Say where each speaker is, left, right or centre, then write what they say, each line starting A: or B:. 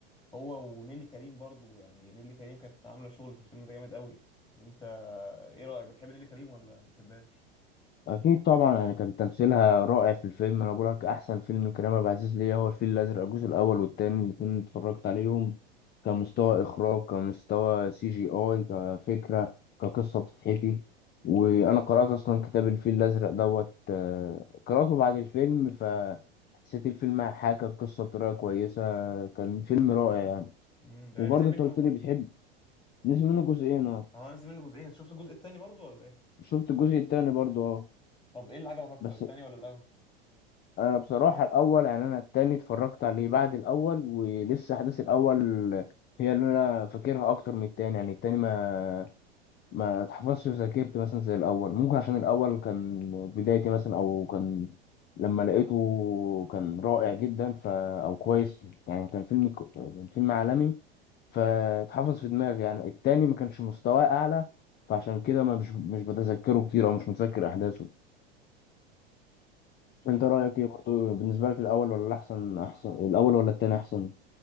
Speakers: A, on the left; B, on the left.
A: هو ونيلي كريم برضو يعني نيلي كريم كانت عامله شغل في الفيلم ده جامد قوي انت ايه رايك بتحب نيلي كريم ولا ما بتحبهاش
B: اكيد طبعا يعني كان تمثيلها رائع في الفيلم انا بقول لك احسن فيلم لكريم عبد العزيز ليا هو الفيل الازرق الجزء الاول والتاني الاتنين اتفرجت عليهم كمستوى اخراج كمستوى سي جي اي كفكره كقصه بتتحكي وانا قرات اصلا كتاب الفيل الازرق دوت آه، قراته بعد الفيلم فحسيت الفيلم حاكى القصه بطريقه كويسه كان فيلم رائع يعني
A: امم ده
B: وبرضه
A: نزل منه
B: انت قلت لي بتحب نزل منه جزئين اه
A: اه نزل منه جزئين شفت الجزء التاني برضو ولا ايه
B: شفت الجزء التاني برضه اه
A: طب ايه اللي عجبك اكتر
B: بس
A: التاني ولا الاول
B: انا بصراحه الاول يعني انا التاني اتفرجت عليه بعد الاول ولسه احداث الاول هي اللي انا فاكرها اكتر من التاني يعني التاني ما ما اتحفظش في ذاكرتي مثلا زي الاول ممكن عشان الاول كان بدايتي مثلا او كان لما لقيته كان رائع جدا ف او كويس يعني كان فيلم كو- كان فيلم عالمي فاتحفظ في دماغي يعني التاني ما كانش مستواه اعلى فعشان كده ما مش مش بتذكره كتير او مش متذكر احداثه
A: امم
B: انت رايك ايه برضو بالنسبه لك الاول ولا الاحسن احسن الاول ولا التاني احسن